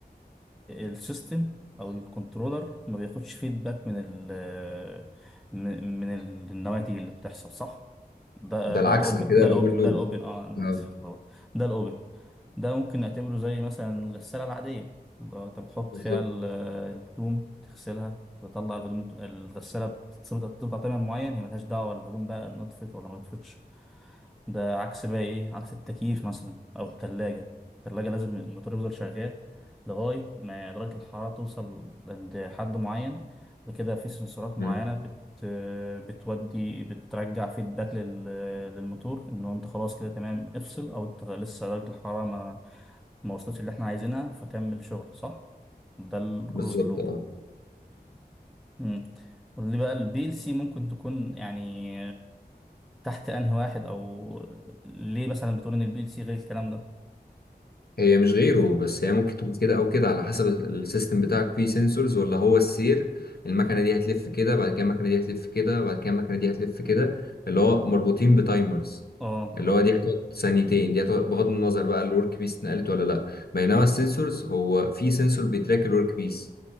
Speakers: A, in the centre; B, on the left.
A: السيستم او الكنترولر ما بياخدش فيدباك من ال من من النواتج اللي بتحصل صح ده
B: ده
A: ده
B: العكس
A: الاوبن
B: ده كده
A: ده
B: الأوبن
A: الاوبن
B: لوب
A: ده الاوبن اه انا
B: أه
A: اسف اتلخبطت. ده الاوبن ده ممكن نعتبره زي مثلا الغسالة العادية لو انت بتحط
B: بالظبط
A: فيها ال- آه، الهدوم تغسلها تطلع الهدوم الغسالة بتتصب- بتقطع تمام معين هي ملهاش دعوة الهدوم بقى نطفت ولا ما نطفتش ده عكس بقى ايه عكس التكييف مثلا او التلاجة التلاجة لازم الموتور يفضل شغال لغاية ما درجة الحرارة توصل عند حد معين ده كده في سنسورات معينة
B: مم.
A: بت بتودي بترجع فيدباك لل... للموتور ان هو انت خلاص كده تمام افصل او انت لسه درجة الحرارة ما ما وصلتش اللي احنا عايزينها فكمل شغل صح ده الكلوز
B: بالظبط
A: لوب
B: أه
A: امم قول لي بقى البي ال سي ممكن تكون يعني تحت انهي واحد او ليه مثلا بتقول ان البي ال سي غير الكلام ده
B: هي مش غيره بس هي ممكن تكون كده او كده على حسب ال- السيستم بتاعك فيه سنسورز ولا هو السير المكنه دي هتلف كده بعد كده المكنه دي هتلف كده بعد كده المكنه دي هتلف كده اللي هو مربوطين بتايمرز
A: اه
B: اللي هو دي هتقعد ثانيتين دي هتقعد بغض النظر بقى الورك بيس اتنقلت ولا لا بينما السنسورز هو في سنسور بيتراك الورك بيس